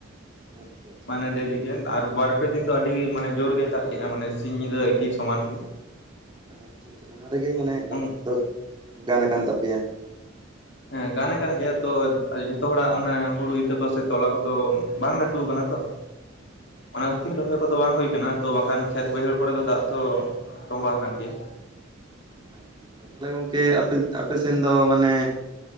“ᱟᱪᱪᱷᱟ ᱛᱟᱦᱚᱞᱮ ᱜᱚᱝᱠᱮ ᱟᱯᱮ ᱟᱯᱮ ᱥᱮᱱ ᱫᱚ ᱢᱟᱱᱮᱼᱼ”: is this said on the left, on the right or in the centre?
Right